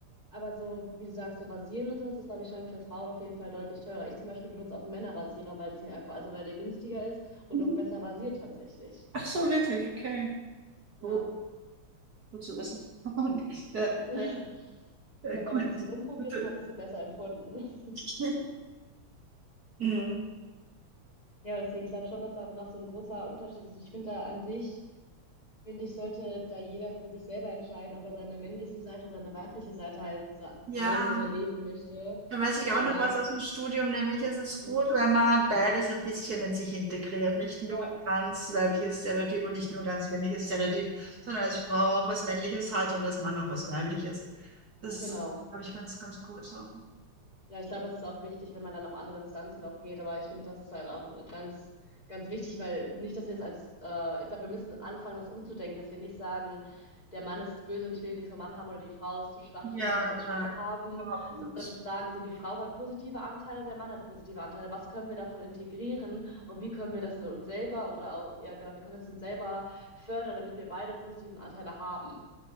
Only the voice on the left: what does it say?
Aber so, wie du sagst, so rasieren und so, das ist, glaube ich, schon für Frauen auf jeden Fall deutlich teurer. Ich zum Beispiel benutze auch einen Männerrasierer, weil das mir einfach, also weil der günstiger ist und
auch besser rasiert tatsächlich.
Ja.
<laughs>
Ich habe
da mal ein bisschen rumprobiert
und habe das für besser empfunden.
<laughs>
Ja, deswegen, ich glaube schon, dass da noch so ein großer Unterschied ist. Und ich finde da an sich, finde ich, sollte da jeder für sich selber entscheiden, ob er seine männliche Seite oder seine weibliche Seite halt sa-
zeigen oder leben möchte.
Weil
das,
mhm.
Ja,
genau.
Ja, ich glaube, das ist auch wichtig, wenn man dann auf andere Instanzen auch geht. Aber ich finde, das ist halt auch ganz, ganz wichtig, weil nicht, dass wir es als, äh, ich glaube, wir müssen anfangen, das umzudenken, dass wir nicht sagen, der Mann ist böse und ich will nichts vom Mann haben oder die Frau ist zu schwach,
ich möchte nicht das
Schwache haben,
sondern zu sagen, so die Frau hat positive Anteile und der Mann hat positive Anteile. Was können wir davon integrieren und wie können wir das in uns selber oder auch, ja genau, wie können wir es uns selber fördern, damit wir beide positiven Anteile haben?